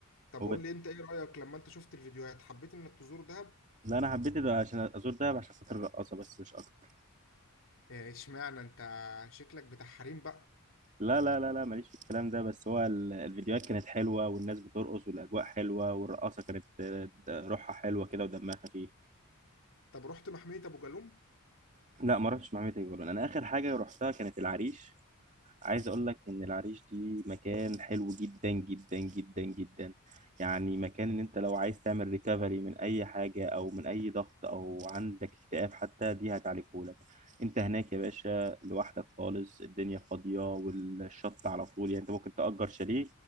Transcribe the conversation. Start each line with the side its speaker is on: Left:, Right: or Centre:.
Left: طب
Right: هو
Left: قول لي انت ايه رأيك لما انت شفت الفيديوهات حبيت انك تزور دهب
Right: لا انا حبيت ده عشان ازور دهب عشان خاطر الرقاصه بس مش اكتر
Left: إيه، اشمعنى انت شكلك بتاع حريم بقى
Right: لا لا لا لا ماليش في الكلام ده بس هو ال- الفيديوهات كانت حلوة والناس بترقص والأجواء حلوة والرقاصة كانت آه، د- روحها حلوة كده ودمها خفيف
Left: طب رحت محمية ابو جالوم
Right: لا ما رحتش مع ميتا جولان أنا آخر حاجة رحتها كانت العريش عايز اقول لك ان العريش دي مكان حلو جدا جدا جدا جدا يعني مكان ان انت لو عايز تعمل ريكفري من اي حاجه او من اي ضغط او عندك اكتئاب حتى دي هتعالجهولك انت هناك يا باشا لوحدك خالص الدنيا فاضيه والشط على طول يعني انت ممكن تأجر شاليه